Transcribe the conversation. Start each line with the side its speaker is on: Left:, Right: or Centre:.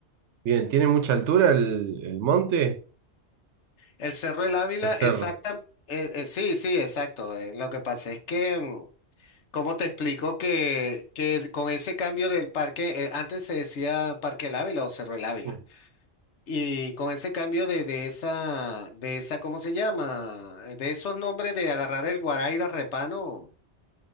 Right: Bien, ¿tiene mucha altura el, el monte?
Left: El Cerro del Ávila,
Right: El cerro.
Left: exacta, eh, eh, sí, sí, exacto. eh, lo que pasa es que, mm, ¿cómo te explico que, que con ese cambio del parque, eh, antes se decía Parque El Ávila o Cerro del Ávila?
Right: Mm,
Left: Y con ese cambio de, de esa, de esa, ¿cómo se llama? Eh, De esos nombres de agarrar el Guaraira Repano,